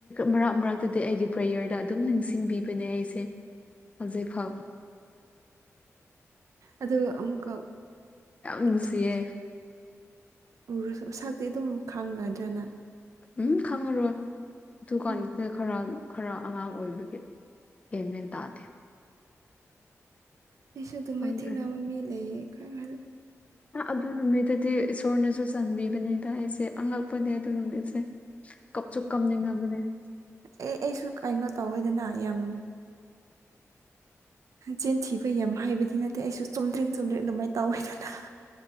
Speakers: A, on the left (about 25°); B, on the right (about 85°).
A: ꯃꯔꯛ ꯃꯔꯛ ꯑꯗꯨꯏ ꯑꯩꯒꯤ ꯄ꯭ꯔꯦꯌꯔꯗ ꯑꯗꯨꯝ ꯅꯤꯡꯁꯤꯡꯕꯤꯕꯅꯦ ꯑꯩꯁꯦ ꯍꯧꯖꯤꯛꯐꯥꯎ
B: ꯑꯗꯣ ꯑꯃꯨꯛꯀ
A: ꯌꯥꯝ ꯅꯨꯡꯁꯤꯌꯦ
B: ꯊꯝ ꯎꯔꯗꯤ ꯃꯁꯛꯇꯤ ꯑꯗꯨꯝ ꯈꯪꯒꯗ꯭ꯔ ꯅꯪ
A: ꯎꯝ ꯈꯪꯉꯔꯣꯏ ꯗꯨꯀꯥꯟꯗꯨꯗ
B: ꯎꯝ
A: ꯈꯔ ꯈꯔ ꯑꯉꯥꯡ ꯑꯣꯏꯕꯒꯤ ꯒꯦꯟꯃꯦꯟ ꯇꯥꯗꯦ
B: ꯑꯩꯁꯨ ꯑꯗꯨꯝ
A: ꯈꯪꯗ꯭ꯔꯦ
B: ꯃꯥꯏꯊꯦꯡꯅꯕ ꯃꯤ ꯂꯩꯌꯦ ꯈꯒ
A: ꯑꯗꯨ ꯅꯨꯃꯤꯠꯇꯗꯤ ꯏꯁꯣꯔꯅꯁꯨ ꯆꯥꯟꯕꯤꯕꯅꯦꯗ ꯑꯩꯁꯦ ꯑꯉꯛꯄꯅꯦ ꯑꯗꯨ ꯅꯨꯃꯤꯠꯁꯦ ꯀꯛꯁꯨ ꯀꯝꯅꯤꯡꯉꯕꯅꯦ
B: ꯑꯦ ꯑꯩꯁꯨ ꯀꯩꯅꯣ ꯇꯧꯋꯦꯗꯅ ꯌꯥꯝ ꯆꯦꯟ ꯊꯤꯕ ꯌꯥꯝ ꯍꯥꯏꯕꯗꯤ ꯅꯠꯇꯦ ꯑꯩꯁꯨ ꯆꯨꯝꯗ꯭ꯔꯤ ꯆꯨꯝꯗ꯭ꯔꯤ ꯑꯗꯨꯃꯥꯏꯅ ꯇꯧꯋꯦꯗꯅ